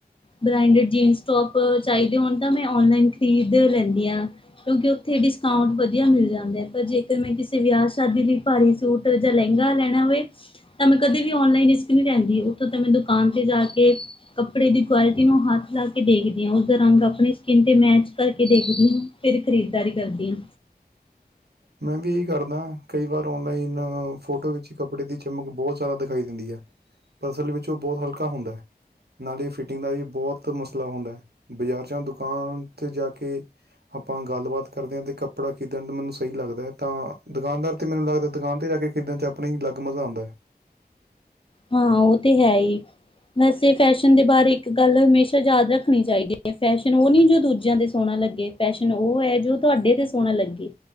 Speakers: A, on the left; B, on the right.
A: ਬਰੈਂਡਡ ਜੀਨਸ ਟੋਪ ਚਾਈਦੇ ਹੋਣ ਤਾਂ ਮੈਂ ਔਨਲਾਈਨ ਖਰੀਦ ਲੈਂਦੀ ਆ। ਕਿਉਂਕਿ ਉੱਥੇ ਡਿਸਕਾਊਂਟ ਵਧੀਆ ਮਿਲ ਜਾਂਦੇ ਪਰ ਜੇਕਰ ਮੈਂ ਕਿਸੇ ਵਿਆਹ ਸ਼ਾਦੀ ਲਈ ਭਾਰੀ ਸੂ ਟ ਜਾ ਲੈਂਗਾ ਲੈਣਾ ਹੋਵੇ ਤਾਂ ਮੈਂ ਕਦੇ ਵੀ ਔਨਲਾਈਨ ਰਿਸਕ ਨੀ ਲੈਂਦੀ ਉੱਥੋਂ ਤਾਂ ਮੈਂ ਦੁਕਾਨ ਤੇ ਜਾ ਕੇ ਕੱਪੜੇ ਦੀ ਕੁਆਲਿਟੀ ਨੂੰ ਹੱਥ ਲਾ ਕੇ ਦੇਖਦੀ ਆ ਉਸਦਾ ਰੰਗ ਆਪਣੇ ਸਕਿਨ ਤੇ ਮੈਚ ਕਰਕੇ ਦੇਖਦੀ ਆ ਫਿਰ ਖਰੀਦਦਾਰੀ ਕਰਦੀ ਆਂ।
B: ਮੈਂ ਵੀ ਇਹੀ ਕਰਦਾ ਕਈ ਵਾਰ ਓਨਲਾਈਨ ਫੋਟੋ ਵਿੱਚ ਕੱਪੜੇ ਦੀ ਚਮਕ ਬਹੁਤ ਤਾਂ ਦਿਖਾਈ ਦਿੰਦੀ ਹੈ ਅਸਲ ਵਿੱਚ ਉਹ ਬਹੁਤ ਹਲਕਾ ਹੁੰਦਾ ਹੈ ਨਾਲੇ ਫਿਟ ਟਿੰਗ ਦਾ ਵੀ ਬਹੁਤ ਮਸਲਾ ਹੁੰਦਾ ਹੈ ਬਾਜ਼ਾਰ 'ਚ ਦੁਕਾਨ ਤੇ ਜਾ ਕੇ ਆਪਾਂ ਗੱਲਬਾਤ ਕਰਦੇ ਹਾਂ ਤੇ ਕੱਪੜਾ ਖਰੀਦਣ ਦਾ ਮੈਨੂੰ ਸਹੀ ਲਗਦਾ ਤਾ ਦੁਕਾਨਦਾਰ ਤੇ ਮੈਨੂੰ ਲੱਗਦਾ ਦੁਕਾਨ ਤੇ ਜਾ ਕੇ ਖਰੀਦਣ 'ਚ ਆਪਣੇ ਹੀ ਅਲੱਗ ਮਜ਼ਾ ਆਂਦਾ।
A: ਹਾਂ ਉਹ ਤੇ ਹੈ ਹੀ ਵੈਸੇ ਫੈਸ਼ਨ ਦੇ ਬਾਰੇ ਇੱਕ ਗੱਲ ਹਮੇਸ਼ਾ ਯਾਦ ਰੱਖਣੀ ਚਾਹੀਦੀ ਹੈ ਫੈਸ਼ਨ ਉਹ ਨਈ ਜੋ ਦੂਜਿਆਂ ਦੇ ਸੋਹਣਾ ਲੱਗੇ। ਪੈਸ਼ਨ ਉਹ ਹੈ ਜੋ ਤੁਹਾਡੇ ਤੇ ਸੋਹਣਾ ਲੱਗੇ।